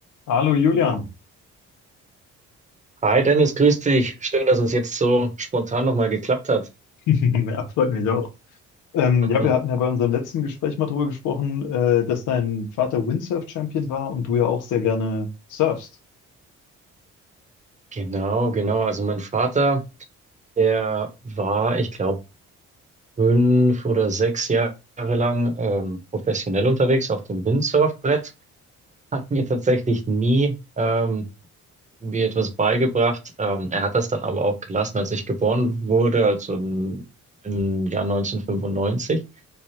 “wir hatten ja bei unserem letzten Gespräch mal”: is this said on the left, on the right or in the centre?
Left